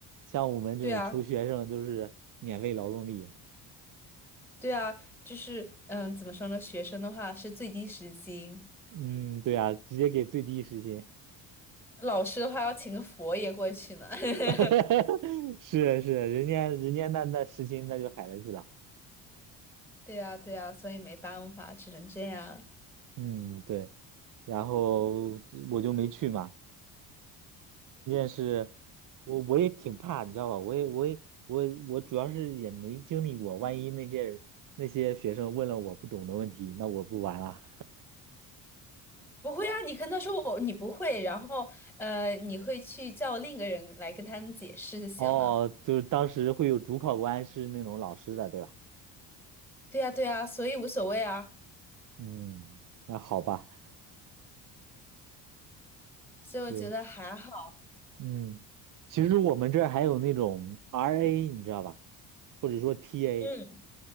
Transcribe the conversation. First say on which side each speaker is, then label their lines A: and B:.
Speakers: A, on the right (about 45°); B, in the centre.
A: 像我们这种穷学生都是免费劳动力。
B: 对啊，对啊，就是嗯，怎么说呢？学生的话是最低时薪，
A: 嗯，对啊，直接给最低时薪。
B: 老师的话要请个佛爷过去呢。<laughs>
A: <laughs> 是是，人家人家那那实心那就海了去了，
B: 对啊，对啊，所以没办法，只能这样。
A: 嗯对，然后我就没去嘛，是，我我也挺怕，你知道吧？我也我也我我主要是也没经历过，万一那些人那些学生问了我不懂的问题，那我不玩了。
B: 不会啊，你跟他说我你不会，然后呃，你会去叫另一个人来跟他们解释就行了。
A: 哦，就是当时会有主考官是那种老师的，对吧？
B: 对呀，对呀，所以无所谓啊，
A: 嗯，那好吧，
B: 所以我觉得还好。
A: 对，嗯，其实我们这儿还有那种 RA，你知道吧？或者说 TA。
B: 嗯，